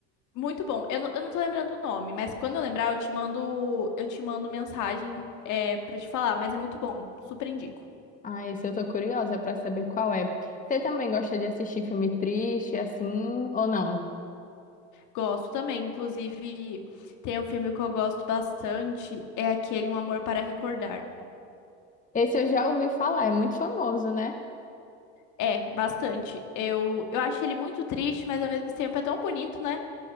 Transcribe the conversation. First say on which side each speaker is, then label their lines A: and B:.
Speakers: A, on the left; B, on the left.
A: Muito bom. Eu não, eu não tô lembrando o nome, mas quando eu lembrar, eu te mando, eu te mando mensagem é, para te falar, mas é muito bom. Super indico.
B: Ah, esse eu tô curiosa pra saber qual é. Você também gosta de assistir filme triste, assim, ou não?
A: Gosto também. Inclusive, tem um filme que eu gosto bastante, é aquele Um Amor para Recordar.
B: Esse eu já ouvi falar, é muito famoso, né?
A: É, bastante. Eu, eu acho ele muito triste, mas ao mesmo tempo é tão bonito, né?